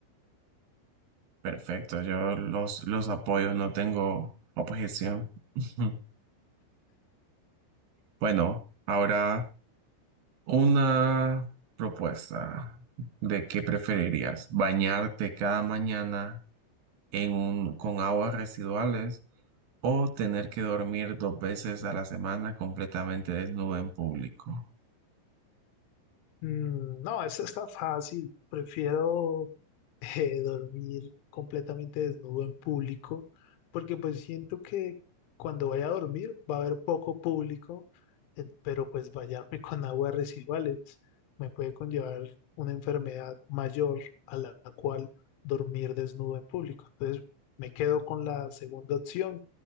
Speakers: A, on the right; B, on the left.
A: Perfecto, yo los, los apoyo, no tengo objeción. <laughs> Bueno, ahora una propuesta de qué preferirías, bañarte cada mañana en un, con aguas residuales o tener que dormir dos veces a la semana completamente desnudo en público.
B: Mm, No, esta está fácil. Prefiero <laughs> eh, dormir completamente desnudo en público, porque pues siento que cuando vaya a dormir va a haber poco público, eh, pero pues bañarme <laughs> con aguas residuales me puede conllevar una enfermedad mayor a la cual dormir desnudo en público. Entonces me quedo con la segunda opción